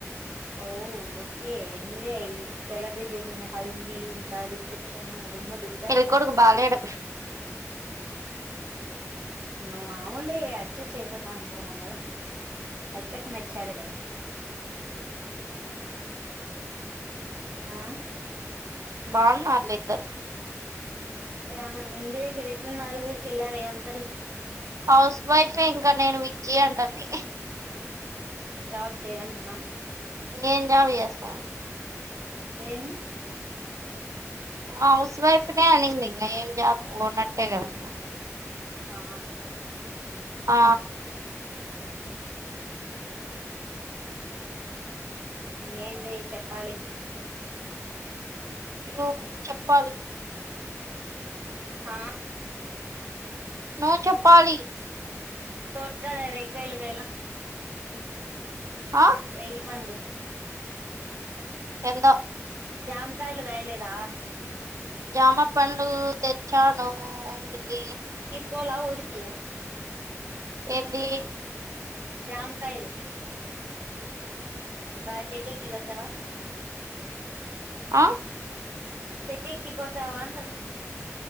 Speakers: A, on the right; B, on the right.
A: ఓ ఒక ఎంజాయ్ ఇల్లు సెలబ్రేట్ చేస హల్దీ ఇంకారీ త్రిషణవుద దుమ్ము దులిపేస్తారట
B: పెళ్ళి కొడుకు బాలేడు
A: మా ఆవునులే అడ్జస్ట్ అయిపోతా అన్నారు ఆ అక్కకి నచ్చాడు కదా ఆ
B: బాలు వాళ్ళిద్దరూ
A: ఆ ఇంటి దగ్గర ఎట్లున్నారు ఊరికిళ్ళా వే అంతరు
B: హౌస్ వైఫే ఇంకా నేను విక్కి అంటుంది
A: జాబ్ చేయదంటనా
B: ఇంగేం జాబ్ చేస్తా <inaudible>
A: ఏమి
B: హౌస్ వైఫ్ నే అనింది ఇంగ ఏం జాబ్ పోనట్టే కదా
A: ఆ
B: ఆ
A: ఏం లేదు చెప్పాలి
B: ఏమో చెప్పాలి
A: ఆ
B: నో చెప్పాలి
A: తోట కాడ రేగ్గాయలు గాయలే
B: ఆ
A: రేగి పండ్లు
B: ఏందో
A: జాం కాయలు కాయలేదా
B: జామప్ పండ్లు తెచ్చాను ఇంటికి
A: పోలా ఊరికి
B: ఏందీ
A: జామకాయలు బ చెట్టు ఎక్కి కోసవ
B: ఆ
A: చెట్టు ఎక్కి కోసావా అంటన్న